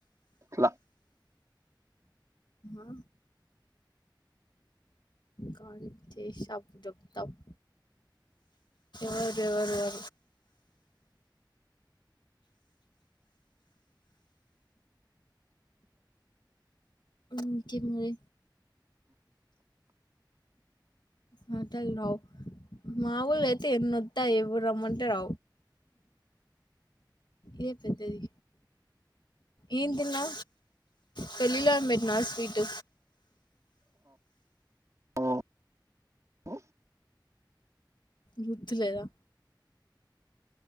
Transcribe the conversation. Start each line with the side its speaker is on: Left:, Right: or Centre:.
Right: అట్లా
Left: ఆ కానీ చేషాపు జతప్ వరుారు అ ముకే మరి హటల్ రావు మాఊూలు అయితే ఎన్నో దయి బ రహమందర్ ఏదే పెద్దది ఏన్ తిన్నా పేళిళ్ళలా మేట్నా స్వీట్
Right: ఓ మ్
Left: గుుత్లెలేదా